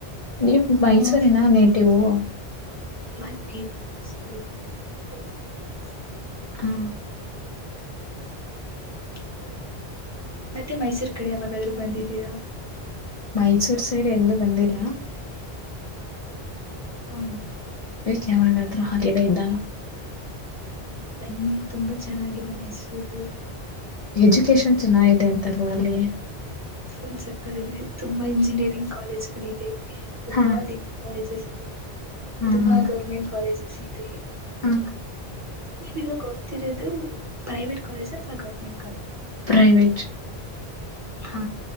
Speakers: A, on the left; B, on the right.
A: ನೀವ್ ಮೈಸೂರಿನಾ
B: ನಾವು
A: ನೇಟಿವು.
B: ಮ ನೇಟಿವ್ ಮೈಸೂರಲ್ಲ ಬಟ್ ಓತ್ತಿರೋದ್ ಮೈಸೂರ್.
A: ಹಾ
B: ಹ್ಮ್ ಮತ್ತೆ ಮೈಸೂರ್ ಕಡೆ ಯಾವಾಗಾದ್ರೂ ಬಂದಿದ್ದೀರ.
A: ಮೈಸೂರ್ ಸೈಡ್ ಎಂದೂ ಬಂದಿಲ್ಲ.
B: ಹಾ
A: ತ್ತ್ ಯಾವಾಗಾದ್ರು ಹಾಲಿಡೇ ಇದ್ದಾಗ
B: ಬನ್ನಿ ತುಂಬಾ ಚೆನ್ನಾಗಿದೆ ಮೈಸೂರು.
A: ಎಜುಕೇಶನ್ ಚೆನ್ನಾಗಿದೆ ಅಂತಲ್ವಾ ಅಲ್ಲಿ.
B: ಫುಲ್ ಸಕ್ಕಲ್ ಆಗಿದೆ ತುಂಬಾ ಇಂಜಿನಿಯರಿಂಗ್ ಕಾಲೇಜ್ ಗಳಿದೆ. ತುಂಬಾ
A: ಹಾ
B: ಡಿಗ್ರಿ ಕಾಲೇಜಸ್ ಇದೆ
A: ಹಾ
B: ತುಂಬಾ
A: ಹಾ
B: ಗೌರ್ಮೆಂಟ್ ಕಾಲೇಜಸ್ ಇದೆ.
A: ಹಾ
B: ನೀವ್ ಇವಾಗ್ ಓತ್ತಿರೋದು ಪ್ರೈವೇಟ್ ಕಾಲೇಜಾ ಅಥವಾ ಗೌರ್ಮೆನ್
A: ಪ್ರೈವೇಟ್.
B: ಹಾ